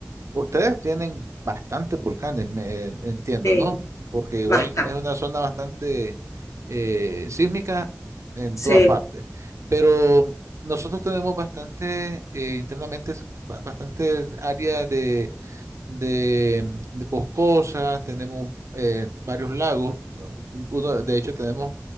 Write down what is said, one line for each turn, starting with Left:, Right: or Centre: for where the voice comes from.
Right: Ustedes tienen bastantes volcanes, me, eh, entiendo,
Left: Sí,
Right: ¿no? Porque igual
Left: basta.
Right: es una zona bastante eh, sísmica en
Left: Sí.
Right: todas partes. Pero nosotros tenemos bastante, eh, internamente, es ba- bastante área de de, de boscosas, tenemos eh, varios lagos. Uno, de hecho, tenemos